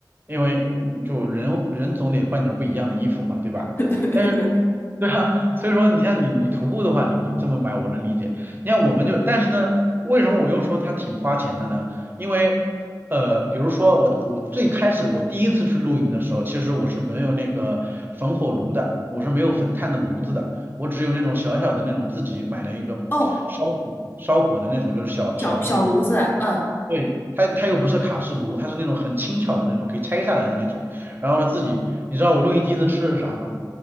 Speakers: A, on the right (about 30°); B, on the left (about 30°).
A: 因为嗯就人人总得换点儿不一样的衣服嘛，对吧？
B: <laughs> 对对对。
A: 但是，<laughs> 对啊，所以说你像你你徒步的话，你你这么买我能理解。你看我们就，但是呢，为什么我又说它挺花钱的呢？因为呃，比如说我我最开始我第一次去露营的时候，其实我是没有那个焚火炉的，我是没有焚炭的炉子的。我只有那种小小的那种自己买了一个烧火烧火的那种，
B: 哦，
A: 就是小小的那种，
B: 小小炉子，嗯
A: 对，它它又不是卡式炉，它是那种很轻巧的那种，可以拆下来的那种。然后呢，自己你知道我录音机子吃的是啥吗？